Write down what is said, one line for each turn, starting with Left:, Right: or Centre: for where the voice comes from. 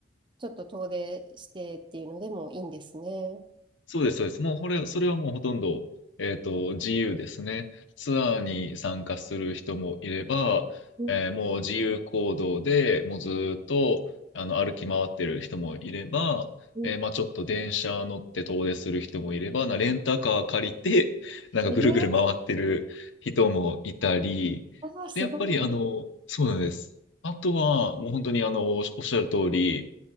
Right: ちょっと遠出してっていうのでもいいんですね。
Left: そうです、そうです。もうこれ、それはもうほとんど、えっと、自由ですね。ツアーに参加する人もいれば、
Right: うん
Left: えーもう自由行動でもうずーっとあの歩き回ってる人もいれば、
Right: うん
Left: えーまあ、ちょっと電車乗って遠出する人もいれば、なレンタカー借りて、<laughs> なんかぐるぐる回ってる人もいたり、
Right: えー、ああ、すごい。
Left: で、やっぱりあの、そうなんです。あとは、もう本当にあの、おっしゃる通り、